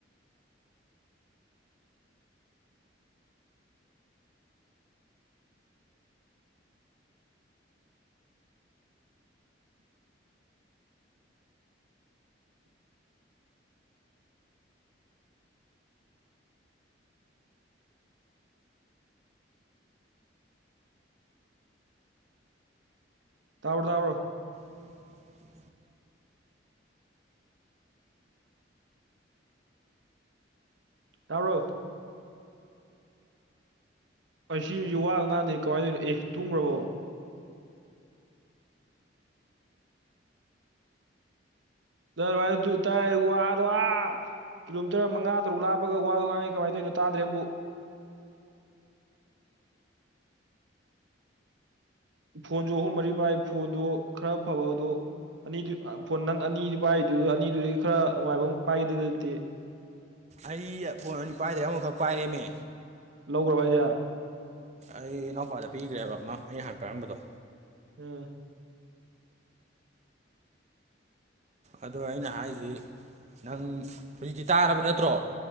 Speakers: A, on the right; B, on the right.
A: ꯇꯕꯔꯣ ꯇꯕꯔꯣ
B: <unintelligible>
A: ꯇꯕ꯭ꯔꯦ ꯀꯩ ꯁꯤ ꯃꯤꯁꯤ ꯋꯥꯒ ꯑꯝ ꯉꯥꯡꯗꯦ ꯀꯃꯥꯏꯅ ꯇꯧꯅꯣ ꯑꯦ ꯇꯨꯝꯒ꯭ꯔꯕꯣ ꯅꯪ ꯑꯗꯨꯍꯥꯏ ꯇꯥꯏ ꯋꯥꯗꯣ ꯑꯥ ꯀꯤꯂꯣꯃꯤꯇꯔ ꯃꯉꯥ ꯇꯔꯨꯛ ꯂꯥꯞꯄꯒ ꯋꯥꯗꯥ ꯉꯥꯡꯅꯤ ꯀꯃꯥꯏꯟ ꯇꯩꯅꯣ ꯇꯥꯗ꯭ꯔꯦ ꯑꯃꯕꯨꯛ ꯐꯣꯟꯖꯨ ꯑꯍꯨꯝ ꯃꯔꯤ ꯄꯥꯏ ꯐꯣꯟꯗꯨ ꯈꯔ ꯐꯕꯗꯣ ꯑꯅꯤꯗꯨ ꯐꯣꯟ ꯅꯪ ꯑꯅꯤꯗꯨ ꯄꯥꯏꯔꯤꯗꯨꯗ ꯑꯅꯤꯗꯨꯗꯒꯤ ꯈꯔ ꯅꯨꯡꯉꯥꯏꯕ ꯑꯃ ꯄꯥꯏꯒꯦꯗꯤ ꯂꯩꯇꯦ
B: ꯑꯩ ꯐꯣꯟ ꯑꯅꯤ ꯄꯥꯏꯗ꯭ꯔꯦ ꯑꯃꯈꯛ ꯄꯥꯏꯔꯦꯃꯤ
A: ꯂꯧꯒ꯭ꯔꯕ ꯍꯥꯏꯖꯦ
B: ꯑꯩ ꯏꯅꯥꯎꯄꯥꯗ ꯄꯤꯒ꯭ꯔꯦꯕ ꯑꯃ ꯑꯩꯩꯅ ꯍꯥꯟ ꯄꯥꯏꯔꯝꯕꯗꯣ
A: ꯑꯥ
B: ꯑꯗꯣ ꯑꯩꯅ ꯍꯥꯏꯖꯤ ꯅꯪ ꯍꯧꯖꯤꯛꯇꯤ ꯇꯥꯔꯕ ꯅꯠꯇ꯭ꯔꯣ